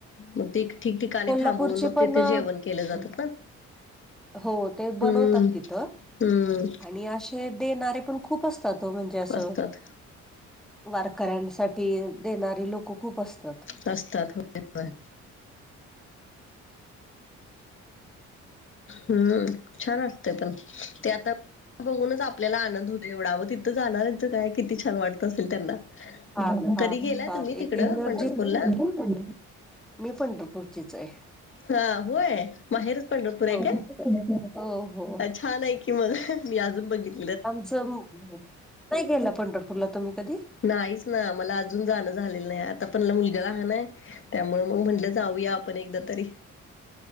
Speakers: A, on the left; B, in the centre.
A: मग ते ठिकठिकाणी
B: कोल्हापूरचे
A: थांबवून मग
B: पण
A: तिथे
B: अ
A: जेवण केलं जातात ना
B: हो ते बनवतात
A: हम्म
B: तिथ
A: हम्म
B: आणि े देणारारे पण खूप असतातो म्हणजे असं
A: असतात
B: वारकऱ्यांसाठी देणारी लोकं खूप असतात
A: असतात होय होय हम्म छान असते पण ते आता बघूनच आपल्याला आनंद हो दे एवढा वग तिथं जाणार्यांचं काय किती छान वाटतं असेल त्यांना
B: फ फार
A: कधी गेलाय
B: फार
A: तुम्ही तिकडं
B: एक एनर्जी
A: पंढरपूरला
B: मी पंढरपूरचीच आहे
A: हा होय माहेरच पंढरपूर आहे
B: हो
A: काय
B: हो हो
A: छान आहे की मला मी अजून बघित
B: आमचं नाही केलं पंढरपूरला तुम्ही कधी
A: नाहीच ना मला अजून जाणं झालेलं नाही आता पणला मुलगा राहान आहे त्यामु मग म्हटलं जाऊया आपण एकदा तरी